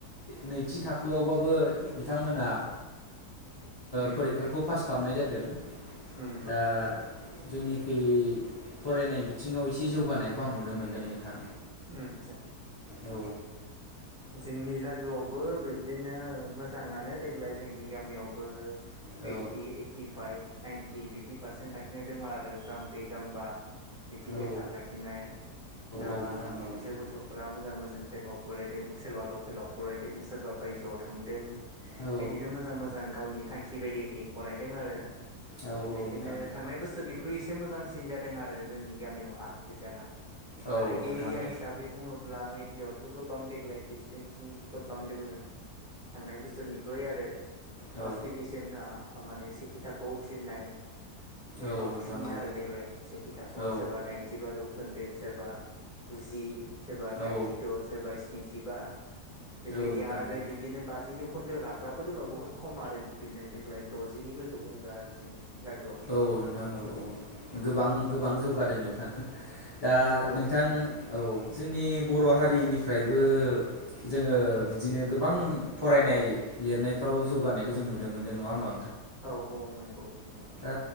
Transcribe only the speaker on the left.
नैथि थाखोआवबाबो बिथांमोना
फरिखाखौ पास खामनाय जादों।
दा जोंनिखै फरायनाय बिथिङाव एसे जौगानायखौ आं नुनो मोनदों नोंथां।
औ
औ
औ
औ नोंथां औ
औ
औ
नोंथां
औ
नोंथां
औ नोंथां औ
औ
औ
नोंथां औ
औ
औ
औ नोंथां
औ
औ नोंथां औ औ नों
गोबां गोबां जौगादों नोंथां। दा
नोंथां
औ जोंनि बर' हारिनिफ्रायबो ओ जोङो बिदिनो गोबां फरायनाय लिरनायफ्राव जौगानायखौ जों नुनो मोनदों नङा होमबा?
ओ